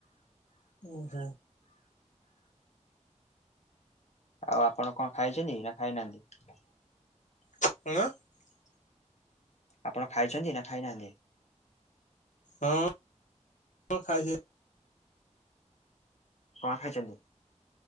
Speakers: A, on the left; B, on the left.
A: ଉ ହୁଁ।
B: ଆଉ ଆପଣ କଣ ଖାଇଛନ୍ତି ନା ଖାଇନାହାଁନ୍ତି?
A: <unintelligible>
B: ଆପଣ ଖାଇଛନ୍ତି ନା ଖାଇନାହାଁନ୍ତି?
A: ହଁ ହଁ ଖାଇସାରି
B: କଣ ଖାଇଛନ୍ତି?